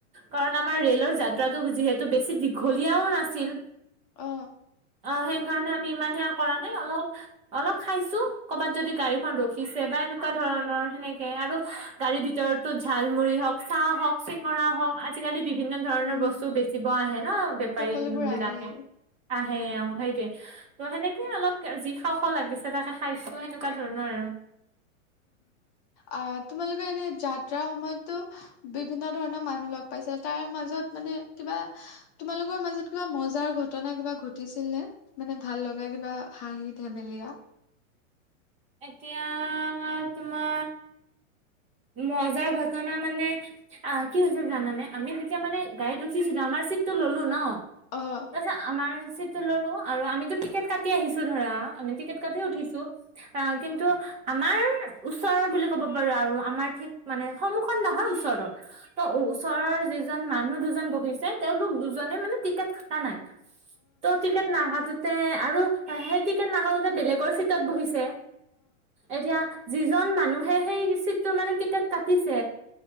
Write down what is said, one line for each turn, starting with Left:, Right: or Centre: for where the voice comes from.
Right: কাৰণ আমাৰ ৰেলৰ যাত্ৰাটো যিহেতু বেছি দীঘলীয়াও নাছিল নাছিল।
Left: আহ।
Right: অ' সেইকাৰণে আমি ইমান সে কৰা নাই, অলপ অলপ খাইছো, কৰ'বাত যদি গাড়ীখন ৰখিছে বা এনেকুৱা ধৰণৰ সেনেকে আৰু গাড়ীৰ ভিতৰতো ঝালমৰি হওঁক চাহ হওক চিঙৰা হওক আজিকালি বিভিন্ন ধৰণৰ
Left: উম
Right: বস্তু বেছি বিকিব আহে ন। সেই
Left: সকলোবোৰ
Right: বিলাকে,
Left: আহেই
Right: আহে অ' সেইটোৱেই, ত', সেনেকে অলপ যি খাওঁ খাওঁ লাগিছে তাকে খাইছোঁ, সেনেকুৱা ধৰণৰ আৰু
Left: অ', তোমালোকে এনে যাত্ৰাৰ সময়ততো বিভিন্ন ধৰণৰ মানুহ লগ পাইছিলা, তাৰে মাজত মানে কিবা তোমালোকৰ মাজত কিবা মজাৰ ঘটনা কিবা ঘটিছিল নে, মানে ভাল লগা কিবা হাঁহি ধেমেলীয়া?
Right: এতিয়া তোমাৰ মজা ঘটনা মানে অ', কি হৈছিল জানানে, আমি যেতিয়া মানে গাড়ীত উঠিছিলো, আমাৰ চিটটো ল'লো ন
Left: অ
Right: তাৰপিছত আমাৰ চিট টো ল'লো আৰু আমিতো টিকট কাটি আহিছো ধৰা আমি টিকেট কাটিয়ে উঠিছোঁ আ, কিন্তু আমাৰ ওচৰৰ বুলি ক'ব পাৰোঁ আৰু আমাৰ ঠিক মানে সন্মুখত নহয়, ওচৰত ত', ওচৰৰ যি দুজন, মানুহ দুজন বহিছে, তেওঁলোক দুজনে মানে টিকট কটা নাই। ত', টিকট নোহোৱাটোত তে' আৰু সিই টিকট নাকাটি বেলেগৰ চিটত বহিছে। এতিয়া যিজন মানুহে সেই চিট তোৰ মানে টিকেট কাটিছে